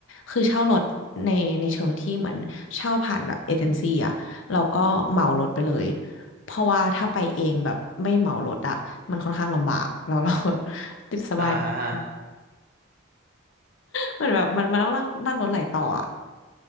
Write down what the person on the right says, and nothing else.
อ่า